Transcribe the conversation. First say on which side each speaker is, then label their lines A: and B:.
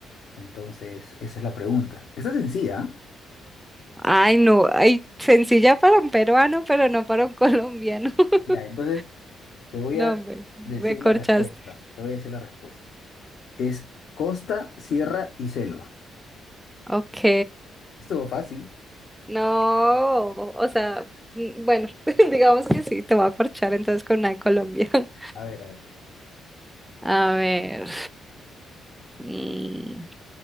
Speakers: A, on the left; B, in the centre.
A: Entonces, esa es la pregunta. Está sencilla. ¿ah?
B: Ay, no, ay, sencilla para un peruano, pero no para un colombiano. <laughs>
A: Ya, entonces te voy
B: No,
A: a
B: me, me
A: decir
B: corchaste.
A: la respuesta. Te voy a decir la respuesta. Es costa, sierra y selva.
B: Ok.
A: Estuvo fácil.
B: No, o sea, mm, bueno, <laughs> digamos que sí, te voy a corchar entonces con una de Colombia. <laughs>
A: A ver, a ver.
B: A ver, mm,